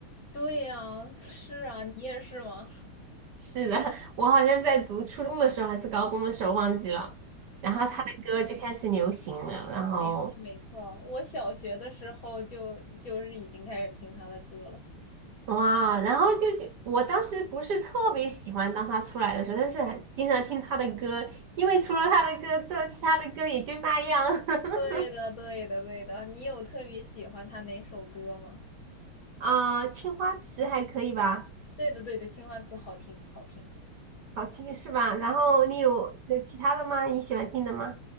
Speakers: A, on the left; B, on the right.
A: 对呀，<laughs> 是啊，你也是吗？
B: 是的，<laughs> 我好像在读初中的时候还是高中的时候忘记了，然后他的歌就开始流行了，
A: 哦，
B: 然后
A: 没错没错，我小学的时候就就是已经开始听他的歌了。
B: 哇，然后就是我当时不是特别喜欢当他出来的时候，但是还是经常听他的歌，因为除了他的歌之后，其他的歌也就那样。<laughs>
A: 对的对的对的，你有特别喜欢他哪首歌吗？
B: 啊青花瓷还可以吧，
A: 对的对的，《青花瓷》好听好听，
B: 好听是吧？然后你有有其他的吗？你喜欢听的吗？